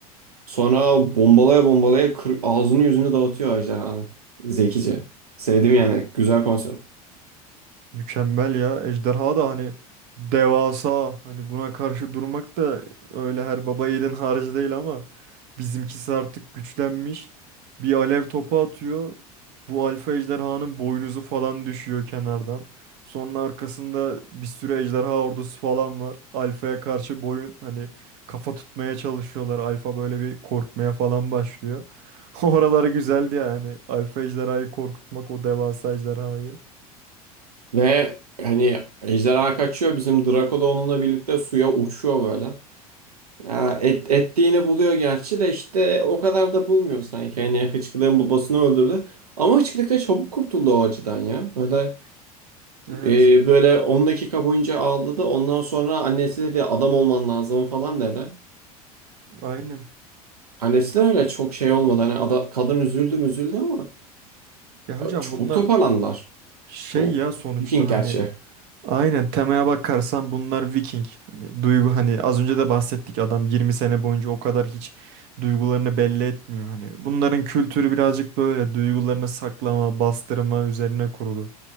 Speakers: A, on the right (about 75°); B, on the right (about 50°).
A: Sonra bombalaya bombalaya kır- ağzını yüzünü dağıtıyor ejderhanın. Zekice. Sevdim yani. Güzel konsept.
B: Mükemmel ya. Ejderha da hani devasa. Hani buna karşı durmak da öyle her baba yiğidin harcı değil ama. Bizimkisi artık güçlenmiş. Bir alev topu atıyor. Bu alfa ejderhanın boynuzu falan düşüyor kenardan. Sonra arkasında bir sürü ejderha ordusu falan var. Alfa'ya karşı boyun hani kafa tutmaya çalışıyorlar. Alfa böyle bir korkmaya falan başlıyor. <laughs> Oraları güzeldi yani. Alfa ejderhayı korkutmak o devasa ejderhayı.
A: Ve hani ejderha kaçıyor. Bizim Draco da onunla birlikte suya uçuyor böyle. Ya et, ettiğini buluyor gerçi de işte o kadar da bulmuyor sanki. Hani Hıçkırık'ın babasını öldürdü. Ama Hıçkırık da çabuk kurtuldu o acıdan ya. Böyle
B: Evet,
A: Ee, böyle 10 dakika boyunca ağladı. Ondan sonra annesi dedi adam olman lazım falan dedi.
B: aynen.
A: Annesi de öyle çok şey olmadı. Hani ada- kadın üzüldü mü üzüldü ama
B: Ya hocam
A: çok
B: bunlar
A: toparlandılar.
B: şey
A: Çok.
B: ya sonuçta
A: Viking gerçi.
B: hani Aynen temaya bakarsan bunlar Viking. Hani duygu hani az önce de bahsettik adam 20 sene boyunca o kadar hiç duygularını belli etmiyor hani. Bunların kültürü birazcık böyle duygularını saklama, bastırma üzerine kurulu.